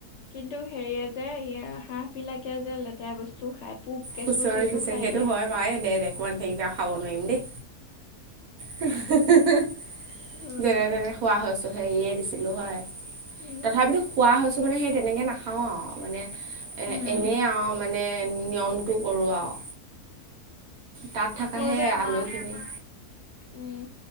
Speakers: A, on the left; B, on the right.
A: কিন্তু হেৰিয়ে যে হাঁহবিলাকে যে লেতেৰা বস্তু খাই পোক কেঁচু
B: খুচৰি
A: চেচু
B: খুচৰি
A: খাই
B: সেইটো
A: দিয়ে।
B: হয় বাও এ দে দে কৈ নাথাকিবি আও খাব নোৱাৰিম দেই হু হু হু
A: উম
B: যেনে তেনে খোৱা হৈছো হেৰিয়ে দিছিলো হয়
A: উম,
B: তথাপিতো খোৱা হৈ ছো মানে সেই তেনেকে নাখাওঁ আৰু মানে এ
A: উম
B: এনেই আৰু মানে নিয়ম তো কৰো আও তাত থাকা
A: মোৰ
B: সেই
A: যে আমাৰ
B: আলুখিনি
A: উম